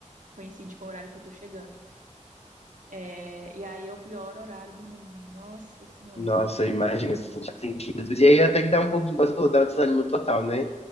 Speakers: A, on the right; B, on the left.
A: coincide com o horário que eu tô chegando. É, e aí é o pior horário do mundo. Nossa Senhora.
B: Nossa, imagina assim, já sentindo. E aí até que dá um pouco de, igual você falou, dá um desânimo total, né?